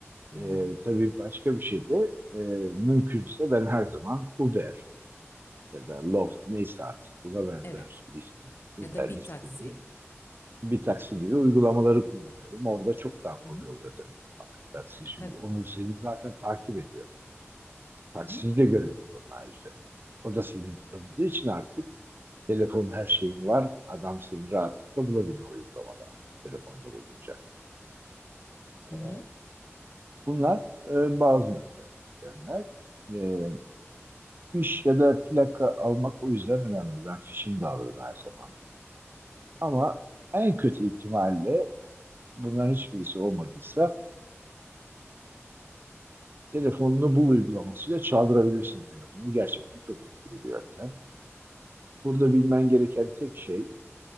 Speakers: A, on the left; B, on the right.
A: Hı,
B: Ee, tabii başka bir şey de e, mümkünse ben her zaman Uber ya da Lyft neyse artık buna benzer
A: Evet.
B: Lyft, Uber,
A: Ya da bir
B: Lyft
A: taksi.
B: gibi bir taksi gibi uygulamaları kullanıyorum. Orada çok daha kolay
A: Hı hı.
B: oluyor tabii. Bak, taksi şimdi
A: Tabii.
B: onu seni zaten takip ediyor. Taksiyi
A: Hı hı.
B: de görebiliyor onun ayrıca. O da seni tanıdığı için artık telefonun her şeyin var. Adam seni rahatlıkla bulabilir o uygulamada telefonda bulunca.
A: Hı
B: Ee,
A: hı.
B: Bunlar e, bazı yöntemler. E, fiş ya da plaka almak o yüzden önemli. Ben fişini de alırım her zaman. Ama en kötü ihtimalle bunların hiçbirisi olmadıysa telefonunu bul uygulamasıyla çaldırabilirsin telefonu. Gerçekten çok etkili bir yöntem. Burada bilmen gereken tek şey